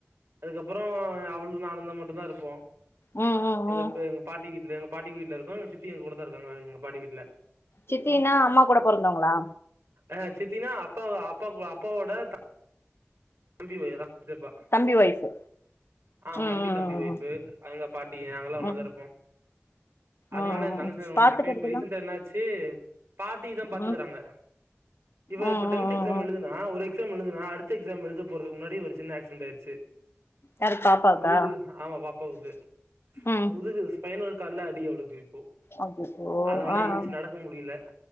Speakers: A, on the right (about 70°); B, on the left (about 60°).
A: அதுக்கப்புறோ அவுளு நானுந்தா மட்டு தா இருப் போ
B: ம் ம் ம்
A: எங்கப்பு
B: ம்
A: எங்க பாட்டி வீட்லேனு பாட்டி வீட்ல இருக்கோ எங் சித்தி எங் கூட தாருக்காங்க எங்க பாட்டி வீட்ல
B: சித்தியின்னா அம்மா கூட பொறந்தொங்ளா
A: ஆ சித்தின்னா அப்பா அப்பா அப்பாவோட தங் தம்பி <unintelligible> த்தப்பா
B: தம்பி ஒய்ஃபு
A: ஆ
B: ம்
A: தம்பி
B: ம்
A: தம்பி ஒய்ஃபு
B: ம்
A: அங்க பாட்டி நாங்கலா ஒண்ணாதாருப்போ
B: ம்
A: அதுனால
B: ம்
A: என்
B: ம்
A: தங்கச்சினா ரொம்ப
B: பாத்துக்கறதுல்லா
A: புடிக்கு இப்ப ரீசண்டா என்னாச்சு பாட்டிதா பாத்துக்குறாங்க
B: ம்
A: இவ
B: ம்
A: இப்ப டென்த்
B: ம்
A: எக்ஸாம்
B: ம் ம்
A: எழுதுனா ஒரு எக்ஸ் ச்ஸாம் எழுதுனா அடுத்த எக்ஸாம் எழுத போறதுக் முன்னாடி ஒர் சின்ன ஆக்ஸிடன்ட் ஆயிருச்சு
B: யாரு பாப்பாவுக்கா
A: முதுகு ஆமா பாப்பாவுக்கு
B: ம்
A: முதுகு ஸ்பைனல் கால்ல அடி அவுளுக்கு ஓ
B: அச்சச்சோ
A: அதுனால
B: ஆ
A: ஏன்சு
B: ஆ
A: நடக்க முடியில